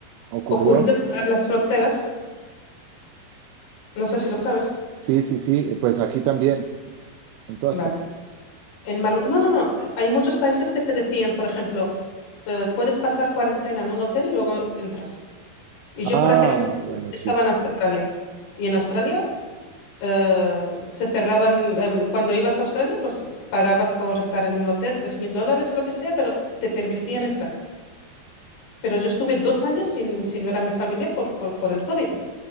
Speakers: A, on the right; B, on the left.
A: ¿Ocurrió?
B: ocurrió cerrar las fronteras, no sé si lo sabes,
A: Sí, sí, sí, pues aquí también, en todas
B: vale.
A: partes.
B: En Marru- no, no, no, hay muchos países que te decían, por ejemplo, eh, puedes pasar cuarentena en un hotel y luego entras. Y yo
A: Ah,
B: por aquel entonces
A: bueno,
B: estaba
A: sí,
B: en Australia. Y en Australia eh, se cerraban, el- cuando ibas a Australia, pues pagabas por estar en un hotel tres mil dólares o lo que sea, pero te permitían entrar. Pero yo estuve dos años sin, sin ver a mi familia por, por, por el COVID,